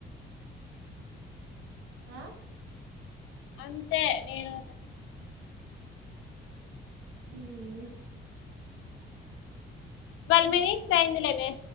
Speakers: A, on the right (about 80°); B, on the left (about 80°).
A: ఆహ్
B: అంతే నేను చెప్తునను
A: ఉహ్ హు
B: టువల్ మినిట్స్ అయిందిలేమే.